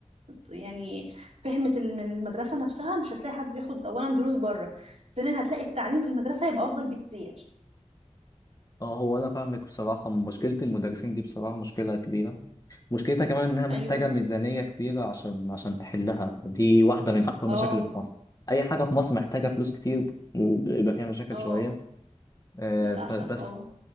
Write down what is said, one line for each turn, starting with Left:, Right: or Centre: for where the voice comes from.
Right: يعني فهمت ال- من المدرسة نفسها مش هتلاقي حد بياخد أولا دروس بره ثانيا هتلاقي التعليم في المدرسة هيبقى أفضل بكتير
Left: اه هو انا فاهمك بصراحة مشكلة المدرسين دي بصراحة مشكلة كبيرة مشكلتها كمان انها محتاجة
Right: أيوه
Left: ميزانية كبيرة عشان عشان تحلها دي واحدة من اكبر
Right: اه
Left: مشاكل في مصر اي حاجة في مصر محتاجة فلوس كتير ويبقى فيها مشاكل
Right: اه
Left: شوية آه،
Right: للأسف
Left: فبس
Right: اه